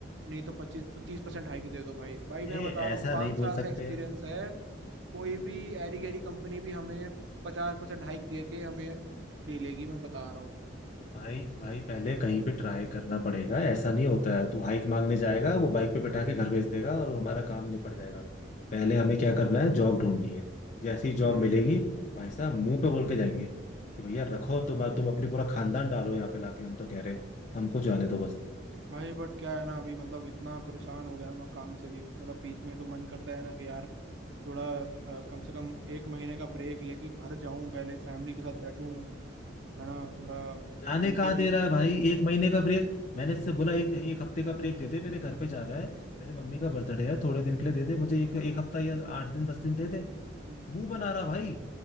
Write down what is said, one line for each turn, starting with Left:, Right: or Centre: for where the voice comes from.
Right: नहीं तो पच्चीस तीस परसेंट हाइक दे दो भाई भाई
Left: ए,
Right: मैं बता रहा
Left: ऐसा
Right: हूँ पाँच
Left: नहीं बोल
Right: साल
Left: सकते
Right: का एक्सपीरियंस है कोई भी एरी
Left: हाँ
Right: गैरी कंपनी भी हमें पचास परसेंट हाइक दे के हमें ले लेगी मैं बता रहा हूँ
Left: तो भाई भाई पहले कहीं पे ट्राई करना पड़ेगा ऐसा नहीं होता है तू हाइक मांगने जाएगा वो बाइक पे बैठा के घर भेज देगा और हमारा काम निपट जाएगा पहले हमें क्या करना है जॉब ढूंढनी है जैसी
Right: हम्म
Left: जॉब मिलेगी भाई साहब मुंह पे बोल के जाएंगे कि भैया रखो तुम तुम अपनी पूरा खानदान डालो यहाँ पे लाके हम तो कह रहे हैं हमको जाने दो बस
Right: भाई बट क्या है ना अभी मतलब इतना परेशान हो गया हूं ना काम से भी मतलब बीच में तो मन करता है ना कि यार थोड़ा अ, कम से कम एक महीने का ब्रेक लेके घर जाऊं पहले फैमिली के साथ बैठूं है ना थोड़ा
Left: जाने
Right: उनके
Left: कहाँ
Right: भी
Left: दे रहा है भाई एक महीने का ब्रेक मैंने इससे बोला एक एक हफ्ते का ब्रेक दे दे मेरे घर पे जा रहा है मेरे मम्मी का बर्थडे है थोड़े दिन के लिए दे दे मुझे एक एक हफ्ता या आठ दिन दस दिन दे दे
Right: हम्म
Left: मुंह बना रहा भाई